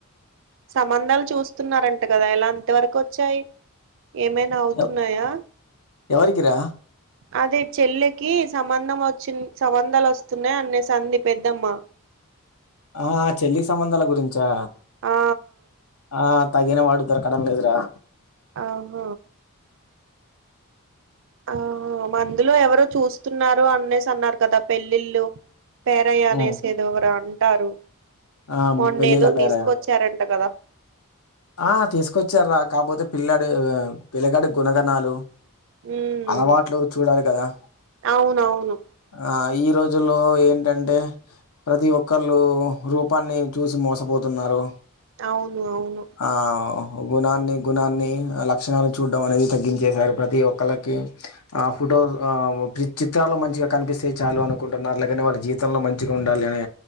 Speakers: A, on the right; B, on the left.
A: సంబంధాలు చూస్తున్నారంట కదా ఇలా అంత వరకు వచ్చాయి ఏమై అవుతున్నాయా
B: ఎవ్ ఎవరికిరా
A: అదే చెల్లెకి సంబంధం వచ్చి సంబంధాలు వస్తున్నాయి అనేసంది పెద్దమ్మ
B: ఆ చెల్లి సంబంధాల గురించా
A: ఆ
B: ఆ తగిన వాడు దొరకడం లేదు రా
A: అహ అహ మందులో ఎవరు చూస్తున్నారో అనేసి అన్నారు కదా పెళ్ళిళ్ళు పేరయ అనేసేదోవరో
B: ఉమ్.
A: అంటారు
B: ఆ
A: మొన్న
B: పెళ్ళిళ్ళ
A: ఏదో
B: పేర
A: తీసుకొచ్చారంట కదా
B: ఆ తీసుకొచ్చార్రా కాకపోతే పిల్లాడు పిల్లగాడి గుణగణాలు
A: ఉమ్
B: అలవాట్లు చూడాలి కదా
A: అవునవును
B: ఆ ఈ రోజుల్లో ఏంటంటే ప్రతి ఒక్కళ్ళు రూపాన్ని చూసి మోసపోతున్నారు
A: అవును అవును
B: ఆ గుణాన్ని గుణాన్ని లక్షణాలు చూడడం అనేది తగ్గించేశారు ప్రతి ఒక్కలకి ఆ ఫోటో ఆ చిత్రాలు మంచిగా కనిపిస్తే చాలు అనుకుంటున్నారు లేకనే వాళ్ళ జీవితంలో మం గా ఉండాలి అనే